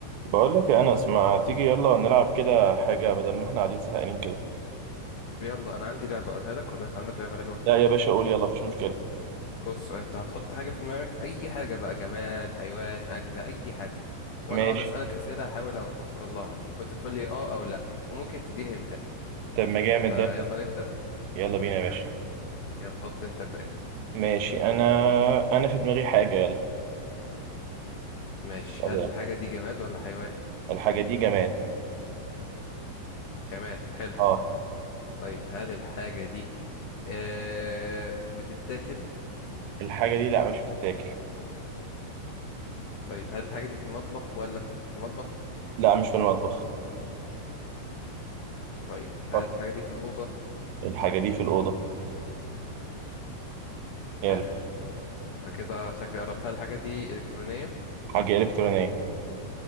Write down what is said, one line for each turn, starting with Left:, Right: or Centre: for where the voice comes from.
Right: بقول لك يا انس ما تيجي يلا نلعب كده حاجه بدل ما احنا قاعدين زهقانين كده
Left: يلا انا عندي لعبه اقولها لك ولا انت عندك لعبه حلوه
Right: لا يا باشا قول يلا مفيش مشكله
Left: بص انت هتحط حاجه في دماغك اي حاجه بقى جماد حيوان اكله اي حاجه وانا
Right: ماشي
Left: هقعد اسالك اسئله احاول أو- اوصل لها وانت تقول لي اه او لا وممكن تديني هنتات
Right: طب ما جامد
Left: فيلا
Right: ده
Left: نبدا
Right: يلا بينا يا باشا
Left: يلا حط انت ابدا انت
Right: ماشي انا انا في دماغي حاجه يلا
Left: ماشي
Right: طب
Left: هل
Right: يلا
Left: الحاجه دي جماد ولا حيوان
Right: الحاجه دي جماد
Left: جماد حلو
Right: اه
Left: طيب هل الحاجه دي آه بتتاكل
Right: الحاجه دي لا مش بتتاكل
Left: طيب هل الحاجه دي في المطبخ ولا في في المطبخ
Right: لا مش في المطبخ
Left: طيب هل
Right: طب
Left: الحاجه دي في الاوضه
Right: الحاجه دي في الاوضه يلا
Left: حلو كده شكلي قربت هل الحاجه دي الكترونيه
Right: حاجه الكترونيه